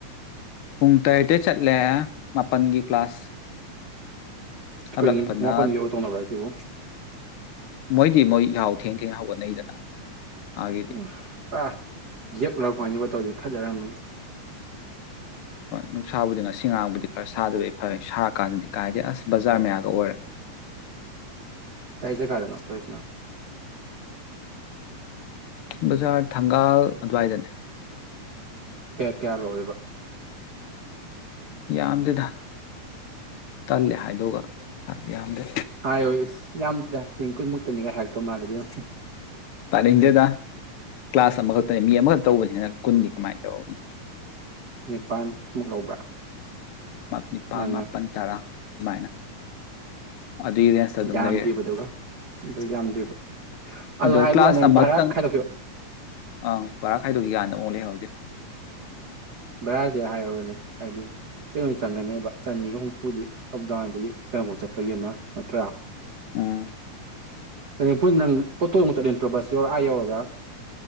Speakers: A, on the left; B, on the right.
A: ꯄꯨꯡ ꯇꯔꯦꯇꯩ ꯆꯠꯂꯦ ꯃꯥꯄꯜꯒꯤ ꯀ꯭ꯂꯥꯁ
B: ꯀꯈꯣꯏ
A: ꯍꯜꯂꯛꯄꯅ
B: ꯃꯥꯄꯟꯗ ꯌꫭꯒ ꯇꯧꯅꯕ꯭ꯔ ꯍꯥꯏꯁꯤꯕꯨ
A: ꯃꯣꯏꯗꯤ ꯃꯣꯏ ꯌꯍꯧ ꯊꯦꯡ ꯊꯦꯡ ꯍꯧꯒꯠꯅꯩꯗꯅ ꯑꯥꯒꯤꯗꯤ
B: ꯎꯝ ꯑ ꯌꯛꯂꯥꯎꯀꯟ ꯌꫭꯒ ꯇꯧꯔꯤ ꯐꯖꯔꯝꯕꯅꯤ
A: ꯅꯨꯡꯁꯥꯕꯨꯗꯤ ꯉꯁꯤ ꯉꯔꯥꯡꯕꯨꯗꯤ ꯈꯔ ꯁꯥꯗꯕ ꯐꯩ ꯁꯥꯔꯀꯥꯟꯗꯗꯤ ꯀꯥꯏꯗꯦ ꯑꯁ ꯕꯖꯥꯔ ꯃꯌꯥꯒ ꯑꯣꯏꯔꯦ
B: ꯀꯩꯁꯦ ꯀꯥꯗꯅꯣ ꯄꯁꯅ
A: ꯕꯖꯥꯔ ꯊꯪꯒꯥꯜ ꯑꯗꯨꯋꯥꯏꯗꯅꯦ
B: ꯀꯌꯥ ꯀꯌꯥ ꯂꯣꯔꯤꯕ
A: ꯌꯥꯝꯗꯦꯗ ꯇꯜꯂꯦ ꯍꯥꯏꯗꯒ ꯏꯁꯥꯗꯤ ꯌꯥꯝꯗꯦ
B: ꯍꯥꯏꯣꯏ ꯌꯥꯝꯗꯔꯣꯏ ꯅꯤꯒ ꯍ ꯇꯧ ꯃꯥꯜꯒ
A: ꯇꯥꯅꯤꯡꯗꯗ ꯀ꯭ꯂꯥꯁ ꯑꯃꯈꯛꯇꯅꯤ ꯃꯤ ꯑꯃꯈꯛꯇ ꯇꯧꯕꯅꯤꯅ ꯀꯨꯟꯗꯤ ꯀꯃꯥꯏꯅ ꯂꯧꯔꯨꯅꯤ
B: ꯅꯤꯄꯥꯜꯃꯨꯛ ꯂꯧꯕ꯭ꯔꯥ
A: ꯅꯤꯄꯥꯜ
B: ꯃꯉꯥ
A: ꯃꯥꯄꯜ ꯇꯔꯥ ꯑꯗꯨꯃꯥꯏꯅ ꯑꯗꯨꯒꯤ ꯔꯦꯟꯖꯇ ꯑꯗꯨꯝ
B: ꯌꯥꯝꯗ꯭ꯔꯤꯕꯗꯨꯒ
A: ꯂꯩꯔꯦ
B: ꯑꯗꯨ ꯌꯥꯝꯗ꯭ꯔꯤꯕ
A: ꯑꯗꯣ
B: ꯍꯥꯏꯕ
A: ꯀ꯭ꯂꯥꯁ
B: ꯋꯥꯅꯦ ꯅꯪ
A: ꯑꯃꯛꯇꯪ
B: ꯚꯔꯥ ꯈꯥꯏꯗꯣꯛꯈꯤꯕ
A: ꯑꯪ ꯄꯔꯥ ꯈꯥꯏꯗꯣꯛ ꯌꯥꯗ ꯑꯃꯨꯛ ꯂꯩꯍꯧꯒꯦ <inaudible>
B: ꯚꯔꯥꯁꯦ ꯍꯥꯏꯔꯨꯔꯅꯦ ꯍꯥꯏꯗꯤ ꯀꯩꯅꯣ ꯆꯪꯒꯅꯦꯕ ꯆꯅꯤꯒ ꯍꯨꯝꯐꯨꯗꯤ ꯑꯞ ꯗꯥꯎꯟꯗꯒꯤ ꯀꯩꯅꯣꯐꯧ ꯆꯠꯄꯒꯤ ꯑꯃ ꯅꯠꯇ꯭ꯔꯥ
A: ꯎꯝ
B: ꯣꯏ ꯅꯪꯠꯇꯣ ꯆꯠ ꯇ꯭ꯔꯣꯕꯁꯤ ꯌꯣꯔ ꯑꯥ ꯌꯧꯔꯒ